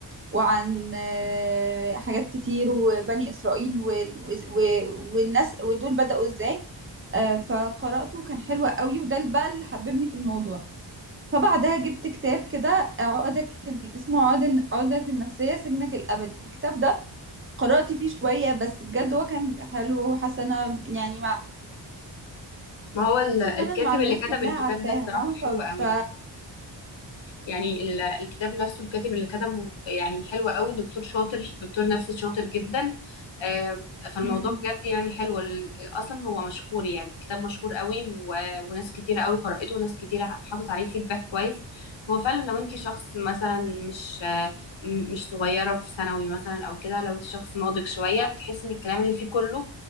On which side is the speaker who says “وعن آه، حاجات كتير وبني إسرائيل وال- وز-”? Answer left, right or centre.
Right